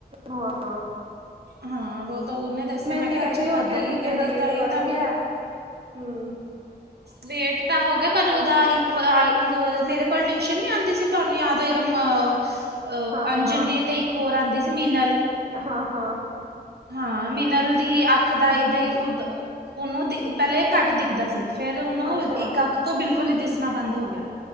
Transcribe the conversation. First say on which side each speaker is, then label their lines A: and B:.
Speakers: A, on the right (about 35°); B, on the right (about 75°).
A: ਹਾਂ,
B: ਹਾਂ, ਉਹ ਤਾਂ ਉਹਨੇ ਦੱਸਿਆ
A: ਮ
B: ਮੈਂ
A: ਕਹਿੰਦੀ
B: ਕਿਹਾ ਅੱਛਾ
A: ਉਹ
B: ਤਦੀ
A: ਕਹਿੰਦੀ ਮੇਰਾ ਵੇਟ
B: ਤਾਂਹੀ
A: ਵੱਧ
B: ਤਾਂ
A: ਗਿਆ ਹਮ
B: ਵੇਟ ਤਾਂ ਹੋ ਗਿਆ ਪਰ ਉਹਦਾ ਇੱਕ ਮੇਰੇ ਕੋਲ ਟਿਊਸ਼ਨ ਨਹੀਂੀ ਆਉਂਦੀ ਸੀ ਤੁਹਾਨੂੰ ਯਾਦ ਗਾ ਅ
A: ਹਾਂ
B: ਅੰਜਲੀ
A: ਹਾਂ
B: ਤੇ ਇੱਕ ਹੋਰ ਆਉਂਦੀ ਸੀ ਮੀਨਲ
A: ਹਾਂ ਹਾਂ
B: ਹਾਂ ਮਿਨਲ ਦੀ ਅੱਖ ਦਾ ਇਹਦਾ ਹੀ ਉਦ ਉਹਨੂੰ ਦਿ ਪਹਿਲੇ ਘੱਟ ਦਿਖਦਾ ਸੀ ਫੇਰ ਉਹਨੂੰ
A: ਅੱਛਾ
B: ਇੱਕ ਕੱਖ ਤੋਂ ਬਿਲਕੁਲ ਹੀ ਦਿਸਣਾ ਬੰਦ ਹੋ ਗਿਆ